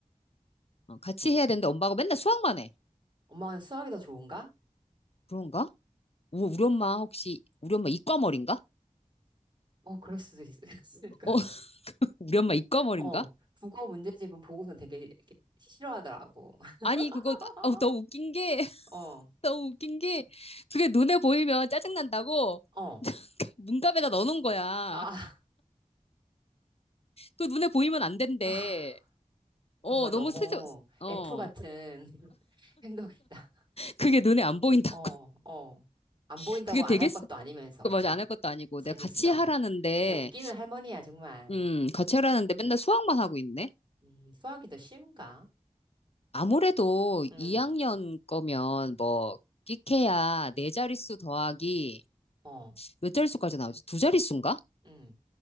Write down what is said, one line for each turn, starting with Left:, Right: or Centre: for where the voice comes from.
Left: 어, 같이 해야 되는데 엄마가 맨날 수학만 해.
Right: 엄마는 수학이 더 좋은가?
Left: 그런가? 우, 우리 엄마 혹시 우리 엄마 이과머리인가?
Right: 어, 그럴 수도 있- <laughs> 있으니까.
Left: 어, <laughs> 우리 엄마 이과머리인가?
Right: 어, 국어 문제집은 보고서 되게 이렇게 싫어하더라고.
Left: 아니 그거 나-
Right: <laughs>
Left: 어, 너무 웃긴 게 <laughs>
Right: 어,
Left: 너무 웃긴 게 그게 눈에 보이면 짜증난다고
Right: 어,
Left: <laughs> 문갑에다 넣어놓은 거야.
Right: 아, <laughs>
Left: 그 눈에 보이면 안 된대.
Right: 아.
Left: 어
Right: 정말
Left: 너무
Right: 너무
Left: 스저 어
Right: F 같은 <laughs> 행동이다.
Left: 그게 눈에 안 보인다고.
Right: 어, 어. 안
Left: <laughs>
Right: 보인다고
Left: 그게
Right: 안
Left: 되겠어?
Right: 할 것도 아니면서
Left: 그 맞아
Right: 참
Left: 안 할 것도 아니고
Right: 재밌어.
Left: 내가 같이 하라는데
Right: 야, 웃기는 할머니야, 정말.
Left: 음 같이 하라는데 맨날 수학만 하고 있네.
Right: 음, 수학이 더 쉬운가?
Left: 아무래도
Right: 음,
Left: 2학년 거면 뭐 끼케야 네 자릿수 더하기
Right: 어,
Left: 몇 자릿수까지 나오지? 두 자릿수인가?
Right: 음,